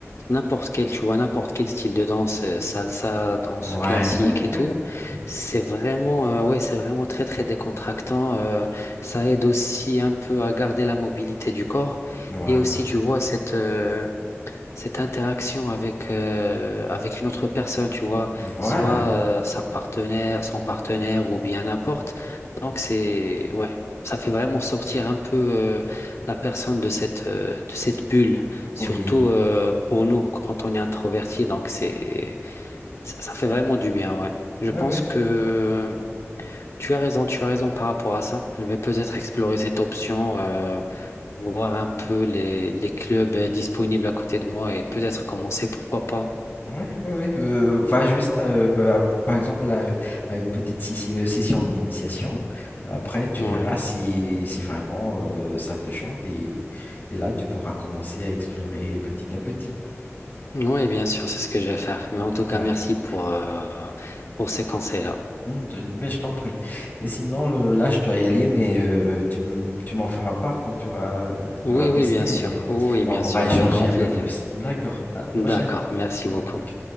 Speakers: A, on the left; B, on the left.
A: n'importe quel, tu vois, n'importe quel style de danse, euh, salsa, danse
B: Ouais,
A: classique
B: ouais,
A: et tout,
B: ouais. Mhm.
A: c'est vraiment, euh, ouais, c'est vraiment très, très décontractant. euh, ça aide aussi un peu à garder la mobilité du corps.
B: Voilà.
A: Et aussi, tu vois, cette, euh, cette interaction avec, euh, avec une autre personne, tu vois,
B: Voilà.
A: soit euh, sa partenaire, son partenaire ou bien n'importe. Donc, c'est, ouais, ça fait vraiment sortir un peu euh, la personne de cette, euh, de cette bulle, surtout
B: Oui,
A: euh, pour nous quand on est introverti. Donc, c'est, ça, ça fait vraiment du bien, ouais. Je
B: ouais,
A: pense
B: ouais,
A: que tu as raison, tu as raison par rapport à ça. Je vais peut-être explorer cette option. euh, voir un peu les, les clubs euh, disponibles à côté de moi et peut-être commencer, pourquoi pas.
B: ouais, ouais, ouais. euh, va juste, euh, bah, par exemple, à, à une petite si- euh, session d'initiation. Après, tu
A: Ouais.
B: verras si, si vraiment euh, ça te chante et, et là, tu pourras commencer à explorer petit à petit.
A: Oui, bien sûr, c'est ce que je vais faire. Mais en tout cas,
B: D'accord.
A: merci pour, euh, pour ces conseils-là.
B: Mm, de- Mais je t'en prie. Et sinon, le- là, je dois y aller, mais euh, tu, m- tu m'en feras part quand tu auras, tu
A: Oui,
B: auras testé
A: oui, bien sûr.
B: et
A: Oui,
B: et
A: bien
B: on pourra
A: sûr,
B: échanger
A: avec grand
B: un
A: plaisir.
B: peu plus. D'accord. À la prochaine.
A: D'accord, merci
B: Ouais,
A: beaucoup.
B: Ok.